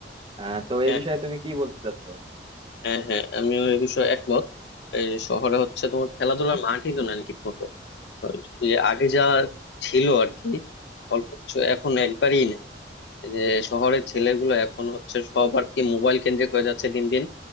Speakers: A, on the right (about 30°); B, on the left (about 75°).
A: আহ তো
B: হ্যাঁ
A: এই বিষয়ে তুমি কি বলতে চাচ্ছো
B: হ্যাঁ হ্যাঁ আমিও এ বিষয়ে একমত এই শহরে হচ্ছে তোমার খেলাধুলার মাঠই তো নাই ঠিক মতো যে আগে যা ছিল আর কি অল্প কিছু এখন একবারই নেই এই যে শহরের ছেলেগুলো এখন হচ্ছে সব আর কি মোবাইল কেন্দ্রিক হয়ে যাচ্ছে দিন দিন